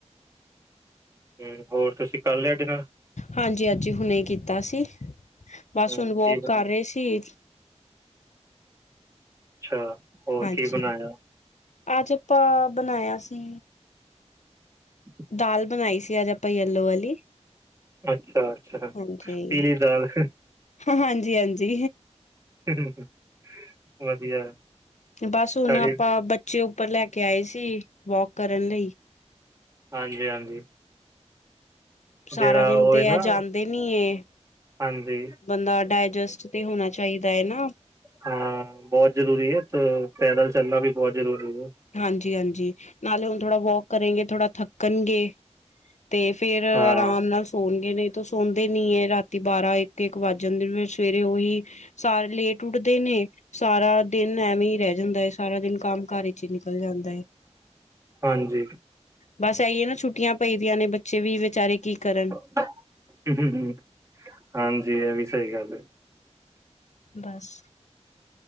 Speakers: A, on the right; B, on the left.
A: ਹੂੰ ਹੋਰ ਤੁਸੀਂ ਕਰ ਲਿਆ ਡਿਨਰ।
B: ਹਾਂਜੀ-ਹਾਂਜੀ ਹੁਨੇ ਕੀਤਾ ਸੀ, ਬਸ
A: ਹਮ
B: ਹੁਨ ਵੌਕ
A: ਕੀ ਬਣਾਇਆ
B: ਕਰ ਰਏ ਸੀ।
A: ਅੱਛਾ। ਹੋਰ
B: ਹਾਂਜੀ,
A: ਕੀ ਬਣਾਇਆ
B: ਅੱਜ ਆਪਾਂ ਬਨਾਏਆ ਸੀ
A: <inaudible> <inaudible>
B: ਦਾਲ, ਬਣਾਈ ਸੀ ਅੱਜ ਆਪਾਂ ਯੇਲੋ ਵਾਲੀ।
A: ਅੱਛਾ, ਅੱਛਾ
B: ਹਾਂਜੀ
A: ਪੀਲੀ ਦਾਲ
B: ਹਾਂਜੀ ਹਾਂਜੀ
A: <unintelligible> ਵਧੀਆ
B: ਬਸ ਹੁਣ
A: ਸਾਡੀ
B: ਆਪਾਂ ਬੱਚੇ ਉੱਪਰ ਲੈ ਕੇ ਆਏ ਸੀ, ਵੋਕ ਕਰਨ ਲਈ।
A: ਹਾਂਜੀ ਹਾਂਜੀ
B: ਸਾਰਾ
A: ਜਿਹੜਾ
B: ਦਿਨ
A: ਉਹ
B: ਤੇ
A: ਹੈ
B: ਏ
A: ਨਾ
B: ਜਾਂਦੇ ਨੀ ਏ।
A: ਹਾਂਜੀ
B: ਬੰਦਾ ਡਾਇਜਸਟ ਤੇ ਹੋਣਾ ਚਾਹੀਦਾ ਹੈ ਨਾ।
A: ਹਾਂ ਬਹੁਤ ਜ਼ਰੂਰੀ ਹੈ। ਪੈਦਲ ਚੱਲਣਾ ਵੀ ਬਹੁਤ ਜ਼ਰੂਰੀ ਹੈ
B: ਹਾਂਜੀ ਹਾਂਜੀ ਨਾਲੇ ਹੁਣ ਥੋੜ੍ਹਾ ਵੋਕ ਕਰੇਗੇ, ਥੋੜਾ ਥੱਕਣਗੇ
A: <inaudible> <inaudible>
B: ਤੇ ਫੇਰ ਆਰਾਮ
A: ਹਾਂ
B: ਨਾਲ ਸੋਣਗੇ ਨਈ ਤੋ ਸੌਂਦੇ ਨੀ ਹੈ ਰਾਤੀ ਬਾਰਾਂ, ਇੱਕ ਇਕ ਵੱਜ ਜਾਂਦੇ ਨੇ ਫੇਰ ਸਵੇਰੇ ਉਹੀ ਸਾਰੇ ਲੇਟ ਉੱਠਦੇ ਨੇ ਸਾਰਾ ਦਿਨ ਐਵੇਂ ਹੀ ਰਹਿ ਜਾਂਦਾ ਹੈ ਸਾਰਾ ਦਿਨ ਕੰਮ, ਕਾਰ ਵਿੱਚ ਹੀ ਨਿਕਲ ਜਾਂਦਾ ਹੈ।
A: ਹਾਂਜੀ।
B: ਬਸ, ਇਹੀਏ ਨਾ ਛੁੱਟੀਆਂ ਪਈਦੀਆਂ ਨੇ ਬੱਚੇ ਵੀ ਵਿਚਾਰੇ ਕੀ ਕਰਨ?
A: ਹ, ਹ ਹਾਂਜੀ, ਇਹ ਵੀ ਸਹੀ ਗੱਲ ਹੈ।
B: ਬਸ।